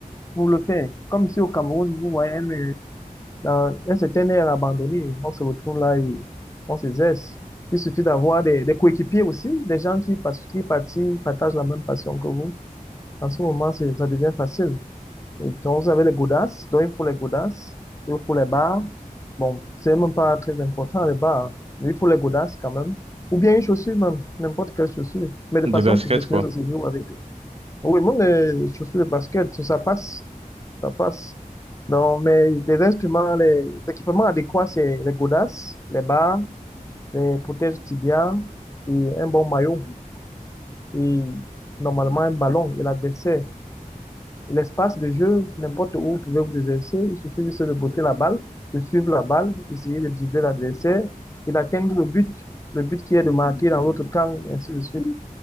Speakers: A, on the left; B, on the right.
A: pour le faire. Comme ici au Cameroun, vous voyez, dans un certain air abandonné, on se retrouve là et on se zeste. Il suffit d'avoir des, des coéquipiers aussi, des gens qui, pas- qui parti- partagent la même passion que vous. En ce moment, c'est- ça devient facile. Et donc, vous avez les godasses, donc il faut les godasses, il faut les bars. Bon, c'est même pas très important, les bars, mais il faut les godasses quand même. Ou bien une chaussure même, n'importe quelle chaussure. Mais de
B: De
A: façon
B: basket,
A: professionnelle,
B: quoi.
A: ça se joue avec. Oui, même les chaussures de basket, ça passe ça passe. Non, mais les instruments, les, les équipements adéquats, c'est les godasses, les barres, les protèges tibias et un bon maillot. Et normalement, un ballon et l'adversaire. L'espace de jeu, n'importe où vous pouvez vous exercer, il suffit juste de botter la balle, de suivre la balle, essayer de dribbler l'adversaire et d'atteindre le but. Le but qui est de marquer dans l'autre camp, et ainsi de suite.